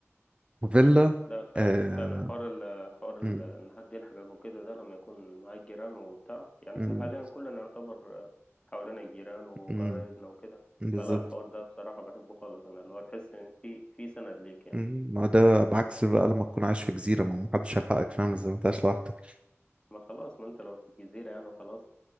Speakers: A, on the right; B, on the left.
A: فيلا
B: لا فعلا
A: آه،
B: فعلا حوار ال حوار ال
A: مم،
B: ان حد يلحقك وكده ده لما يكون معاك جيران وبتاع يعني
A: مم،
B: احنا حاليا كلنا يعتبر حوالينا الجيران وقرايبنا
A: مم،
B: وكده
A: بالظبط
B: فلا الحوار ده بصراحة بحبه خالص انا اللي هو تحس ان في في سند ليك يعني
A: مم، ما هو ده بعكس بقى لما تكون عايش في جزيرة ما هو محدش هيلحقك فاهم ازاي ما انت عايش لوحدك
B: ما خلاص ما انت لو في جزيرة يعني وخلاص